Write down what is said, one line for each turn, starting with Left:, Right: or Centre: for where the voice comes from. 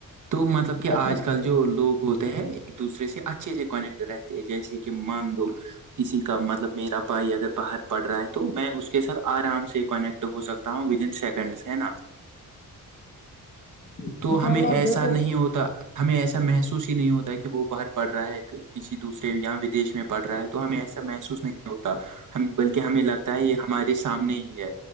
Right: تو مطلب کہ
Left: برتاؤ
Right: آج کل جو لوگ ہوتے ہیں ایک دوسرے سے اچھے سے کنیکٹ رہتے جیسے کہ مان لو کسی کا مطلب میرا بھائی اگر باہر پڑ رہا ہے تو میں اس کے ساتھ آرام سے کنیکٹ ہو سکتا فرم ود ان سیکنڈس ہے نا
Left: ان
Right: تو
Left: شاء
Right: ہمیں
Left: اللہ
Right: ایسا
Left: آپ دیکھو
Right: نہیں ہوتا ہمیں ایسا محسوس ہی نہیں ہوتا کہ وہ باہر پڑھ رہا ہے کسی دوسرے یہاں ودیش میں پڑھ رہا ہے تو ہمیں ایسا محسوس نہیں ہوتا ہم بلکہ ہمیں لگتا ہے یہ ہمارے سامنے ہی ہے